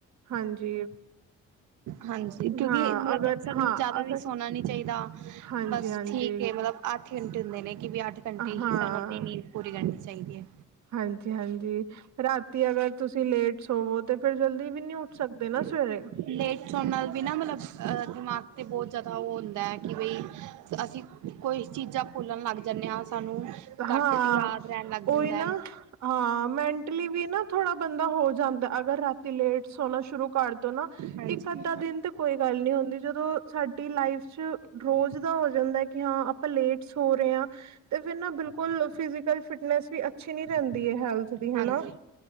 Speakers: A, on the right (about 65°); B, on the right (about 80°).
A: ਹਾਂਜੀ।
B: ਹਾਂਜੀ ਕਿਉਂਕਿ
A: ਹਾਂ
B: '
A: ਅਗਰ
B: <inaudible> ' ਸਭ
A: ਹਾਂ
B: ਨੂੰ ਜ਼ਿਆਦਾ
A: ਅਗਰ
B: ਵੀ ਸੋਣਾ ਨੀ ਚਾਹੀਦਾ।
A: ਹਾਂਜੀ-ਹਾਂਜੀ,
B: ਬਸ ਠੀਕ ਏ, ਮਤਲਬ ਅੱਠ ਘੰਟੇ ਹੁੰਦੇ ਨੇ ਕਿ ਵੀ ਅੱਠ ਘੰਟੇ
A: ਹਾਂ,
B: ਹੀ ਸਾਨੂੰ ਆਪਣੀ ਨੀਂਦ ਪੂਰੀ ਕਰਨੀ ਚਾਹੀਦੀ ਐ।
A: ਹਾਂਜੀ-ਹਾਂਜੀ। ਰਾਤੀ ਅਗਰ ਤੁਸੀਂ ਲੇਟ ਸੋਵੋ ਤੇ ਫਿਰ ਜਲਦੀ ਵੀ ਨੀ ਸਕਦੇ
B: '
A: ਨਾ
B: <inaudible>
A: ਸਵੇਰੇ।
B: ' ਲੇ ' <unintelligible> ਸੋਣ ਨਾਲ ਵੀ ਨਾ ਮਤਲਬ ਅ, ਦਿਮਾਗ 'ਤੇ ਬਹੁਤ ਜ਼ਿਆਦਾ ਓ ਹੁੰਦਾ ਹੈ ਕਿ ਬਈ ਅਸੀਂ ਕੋਈ ਚੀਜ਼ਾਂ ਭੁੱਲਣ ਲੱਗ ਜਾਂਣੇ ਆਂ। ਸਾਨੂੰ
A: ਹਾਂ,
B: ਘੱਟ ਯਾਦ ਰਹਿਣ ਲੱਗ
A: ਉਹੀ
B: ਜਾਂਦਾ
A: ਨਾ।
B: ਹੈ
A: ਹਾਂ, ਮੈਂਟਲੀ ਵੀ ਨਾ ਥੋੜ੍ਹਾ ਬੰਦਾ ਹੋ ਜਾਂਦਾ। ਅਗਰ ਰਾਤੀ ਲੇਟ ਸੋਣਾ ਸ਼ੁਰੂ ਕਰ ਦੋ ਨਾ।
B: ਹਾਂਜੀ
A: ਇੱਕ-ਅੱਧਾ ਦਿਨ ਤੇ ਕੋਈ ਗੱਲ ਨੀ ਹੁੰਦੀ। ਜਦੋਂ ਸਾਡੀ ਲਾਈਫ 'ਚ ਰੋਜ਼ ਦਾ ਹੋ ਜਾਂਦਾ ਕਿ ਹਾਂ ਲੇਟ ਸੋ ਰਹੇ ਆ ਤੇ ਫਿਰ ਨਾ ਬਿਲਕੁਲ ਫਿਜ਼ਕਲ ਫਿਟਨੈਸ ਵੀ ਅੱਛੀ ਨੀ ਰਹਿੰਦੀ ਹੈਲਥ ਦੀ ਹਨਾ।
B: ਹਾਂਜੀ